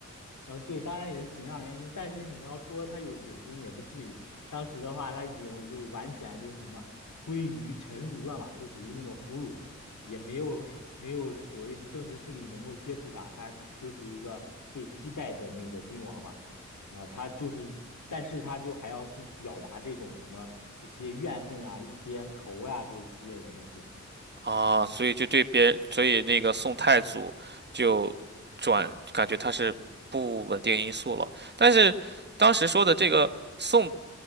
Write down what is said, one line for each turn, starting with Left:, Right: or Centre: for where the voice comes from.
Left: 嗯，对，当然也是形象原因，但是你要说他有野心也不至于。当时的话，他已经就完全就是什么归于臣奴了嘛，就属于那种俘虏，也没有没有所谓的政治势力能够接触他，他就是一个被击败的那个君王嘛。啊、他就是，但是他就还要去表达这种什么一些怨恨啊、一些仇呀、这之类的东西。
Right: 啊，所以就对别人，所以那个宋太祖就转，感觉他是不稳定因素了，但是当时说的这个宋